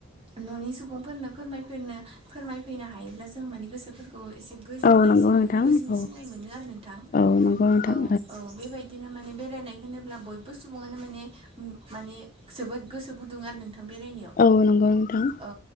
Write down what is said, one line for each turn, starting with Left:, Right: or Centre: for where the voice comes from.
Right: न'नि सुबुंफोरनो फोरमायफैनो फोरमायफैनो हायोब्ला जों माने गोसोफोरख थ' एसे गोजोननायसिमो
Left: औ नंगौ नोंथां
Right: गोजोनसिननाय
Left: औ
Right: मोनो आरो नोंथां।
Left: औ नंगौ नोंथां
Right: औ औ बेबायदिनो माने बेरायनाय होनोब्ला बयबो सुबुङानो माने मो माने जोबोद गोसो गुदुं आरो नोंथां बेरायनायाव
Left: औ नंगौ नोंथां।
Right: औ